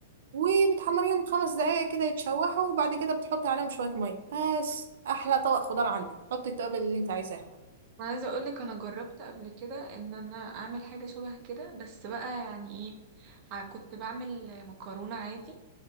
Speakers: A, on the right; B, on the right.
A: وبتحمريهم خمس دقايق كده يتشوحوا وبعد كده بتحطي عليهم شويه ميه بس احلى طبق خضار عندك حطي التوابل اللي انت عايزاها بقى.
B: انا عايزه اقول لك انا جربت قبل كده ان انا اعمل حاجه شبه كده بس بقى يعني ايه ع- كنت بعمل مكرونه عادي